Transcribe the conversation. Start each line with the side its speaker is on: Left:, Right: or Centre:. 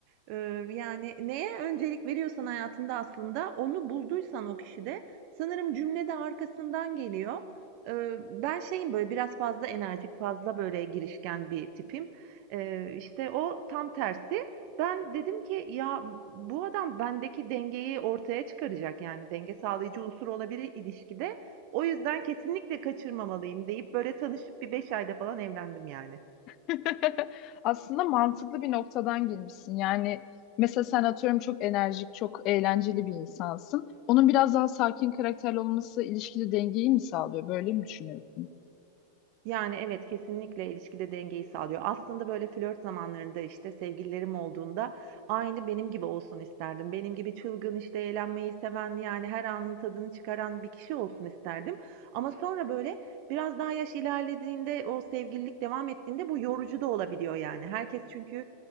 Right: E, yani neye öncelik veriyorsan hayatında aslında onu bulduysan o kişide sanırım cümle de arkasından geliyor. E, ben şeyim böyle biraz fazla enerjik fazla böyle girişken bir tipim. E, işte o tam tersi. Ben dedim ki ya bu adam bendeki dengeyi ortaya çıkaracak yani denge sağlayıcı unsur olabilir ilişkide. O yüzden kesinlikle kaçırmamalıyım deyip böyle tanışıp bir 5 ayda falan evlendim yani.
Left: <laughs> Aslında mantıklı bir noktadan girmişsin. Yani mesela sen atıyorum çok enerjik, çok eğlenceli bir insansın. Onun biraz daha sakin karakterli olması ilişkide dengeyi mi sağlıyor? Böyle mi düşünüyorsun?
Right: Yani, evet, kesinlikle ilişkide dengeyi sağlıyor. Aslında, böyle, flört zamanlarında, işte, sevgililerim olduğunda aynı benim gibi olsun isterdim. Benim gibi çılgın, işte, eğlenmeyi seven, yani, her anın tadını çıkaran bir kişi olsun isterdim. Ama sonra, böyle, biraz daha yaş ilerlediğinde, o sevgililik devam ettiğinde bu yorucu da olabiliyor, yani. Herkes çünkü,